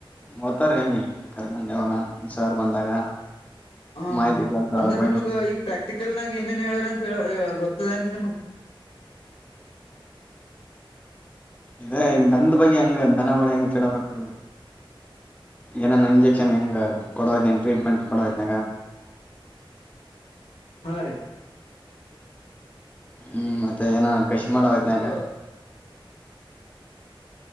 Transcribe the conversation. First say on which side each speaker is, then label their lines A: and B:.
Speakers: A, on the left; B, on the left.
A: ಹತ ರಂಗಗೆ ಕರ್ಗ ಶರ್ ಬಂದಾಗ
B: ಹ
A: ಮಾಹಿತಿ ಕೊಡ್ತಾರ
B: ಅಂದ್ರೆ
A: ಅದ್ರ ಬಗ್ಗೆ
B: ನಿಮಗ ಈಗ ಪ್ರಾಕ್ಟಿಕಲ್ ನಾಗ ಏನ್ಏನ್ ಹೇಳೋದ ಗೊತ್ತದೇಟ ನಿಮ್ಗ್
A: ಇೇ ದಂದ ಬಗ್ಗೆ ಹೆಂಗ ದನಗಳು ಹೆಂಗ ಕೆಡಬೇಕು ಏನಾನ ಇಂಜೆಕ್ಷನ್ ಹೆಂಗ ಕೊಡೋ್ನಂಗ ಟ್ರೀಟ್ಮೆಂಟ್ ಕೊಡೋನಾಗ.
B: ಹಾ ರೀ
A: ಹ್ಮ್ ಮತ್ತೆ ಏನ ಕಷಿ ಮಾಡಯತ್ನಾಗ